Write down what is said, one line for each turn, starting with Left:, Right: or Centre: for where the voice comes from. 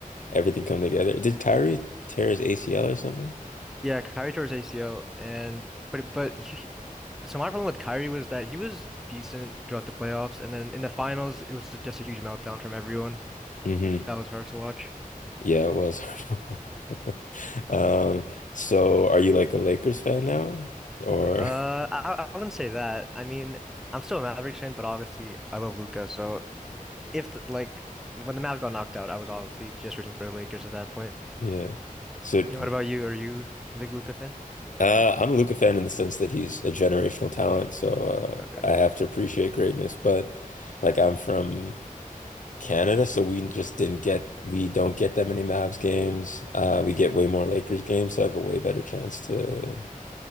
Left: everything come together. Did Kyrie tear his ACL or something?
Centre: Yeah, Kyrie tore his ACL and but but he, So my problem with Kyrie was that he was decent throughout the playoffs, and then in the finals, it was just a huge meltdown from everyone.
Left: hmm
Centre: That was hard to watch.
Left: Yeah, it was <laughs> hard. to watch. Um, so are you like a Lakers fan now? Or
Centre: Uh, I, I wouldn't say that. I mean, I'm still a Mavericks fan, but obviously I love Luca. So if the, like when the Mavs got knocked out, I was obviously just rooting for the Lakers at that point.
Left: <laughs> yeah. So
Centre: Yeah, what about you? Are you a big Luca fan?
Left: Uh, I'm a Luca fan in the sense that he's a generational talent, so uh,
Centre: Okay.
Left: I have to appreciate greatness. But like, I'm from Canada, so we just didn't get we don't get that many Mavs games. Uh, we get way more Lakers games, so I have a way better chance to